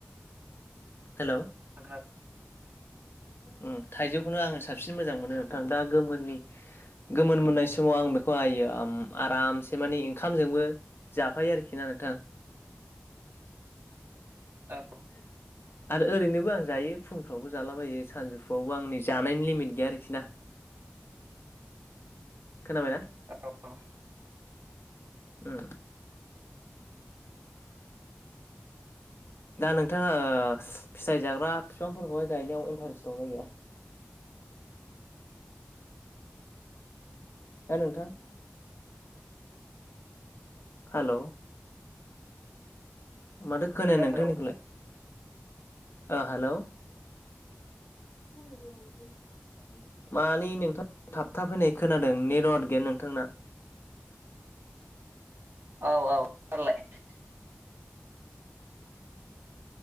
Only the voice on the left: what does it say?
हेलौ।
ओ थाइजौखौनो आङो साबसिन मोजां मोनो नोंथां, दा गोमोननि गोमोन मोननाय समाव आं बेखौ आइयो आरामसे माने ओंखामजोंबो जाफायो आरोखि ना नोंथां
<inaudible> आरो ओरैनोबो आं जायो फुंफ्रावबो जालाबायो सानजौफुआवबो आं नै जानायनि लिमिट गैया आरोखि ना।
खोनाबायना
ओ दा नोंथाङा फिथाइ जाग्रा बिफांफोरखौहाय गायनायाव इन्टारेस्ट दंना गैया? हो नोंथां हेल' माथो खोनाया नोंथांनिखौलाय
हेल' <inaudible> मानि नोंथां थाबथा फैनाय खोनादों नेटवार्ट गेट नोंथांना